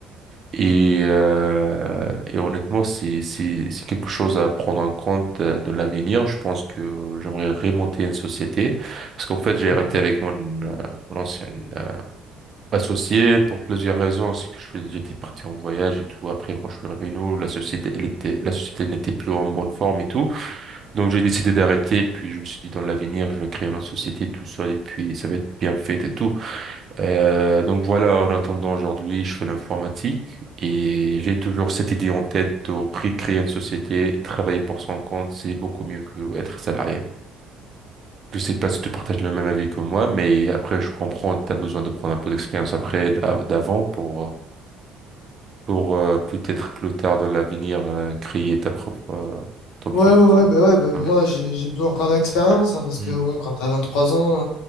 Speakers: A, on the right; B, on the left.
A: Et, euh, et honnêtement, c'est, c'est, c'est quelque chose à prendre en compte euh, dans l'avenir. Je pense que j'aimerais remonter une société parce qu'en fait, j'ai
B: Ok.
A: arrêté avec mon, euh, mon ancien euh, associé pour plusieurs raisons. C'est que je suis- j'étais parti en voyage et tout. Après, quand je suis revenu, la société, elle était, la société n'était plus en bonne forme et tout. Donc j'ai décidé d'arrêter, puis je me suis dit dans l'avenir, je vais créer une société tout seul et puis ça va être bien fait et tout. Euh, donc voilà, en attendant aujourd'hui, je fais l'informatique et j'ai toujours cette idée en tête de recréer une société, travailler pour son compte, c'est beaucoup mieux que être salarié. Je sais pas si tu partages le même avis que moi, mais après je comprends, tu as besoin de prendre un peu d'expérience après d'av- d'avant pour euh, pour euh, peut-être plus tard dans l'avenir euh, créer ta propre euh, ton propre.
B: Ouais, ouais, ouais, bah ouais, bah
A: Ah
B: moi
A: ouais.
B: j'ai j'ai besoin encore d'expérience, hein, parce
A: Mm.
B: que bon, quand t'as vingt trois ans,